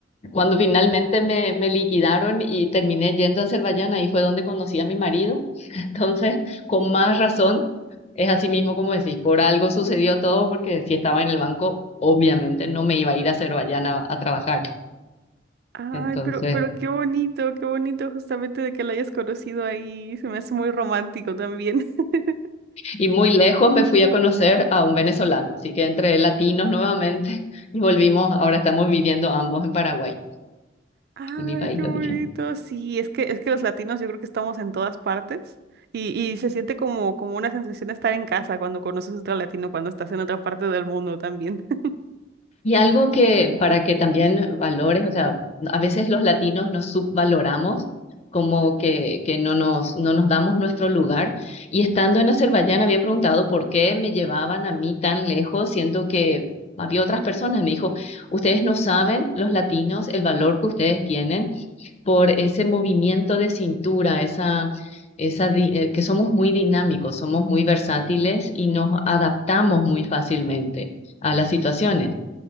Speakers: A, on the left (about 35°); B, on the right (about 55°).
A: cuando finalmente me, me liquidaron y terminé yendo a Azerbaiyán, ahí fue donde conocí a mi marido. <laughs> Entonces, con más razón, es así mismo como decís, por algo sucedió todo, porque si estaba en el banco, obviamente no me iba a ir a Azerbaiyán a, a trabajar.
B: Ay,
A: Entonces,
B: pero, pero qué bonito, qué bonito justamente de que lo hayas conocido ahí. Se me hace muy romántico también. <laughs>
A: y muy lejos me fui a conocer a un venezolano, así que entre latinos nuevamente <laughs> y volvimos, ahora estamos viviendo ambos en Paraguay,
B: Ay,
A: en mi país
B: qué
A: de
B: bonito.
A: origen.
B: Sí, es que, es que los latinos yo creo que estamos en todas partes y, y se siente como, como una sensación de estar en casa cuando conoces otro latino, cuando estás en otra parte del mundo también. <laughs>
A: Y algo que para que también valores, o sea, a veces los latinos nos subvaloramos, como que, que no nos, no nos damos nuestro lugar. Y estando en Azerbaiyán había preguntado por qué me llevaban a mí tan lejos, siendo que había otras personas. Me dijo, ustedes no saben, los latinos, el valor que ustedes tienen por ese movimiento de cintura, esa, esa, di- eh, que somos muy dinámicos, somos muy versátiles y nos adaptamos muy fácilmente a las situaciones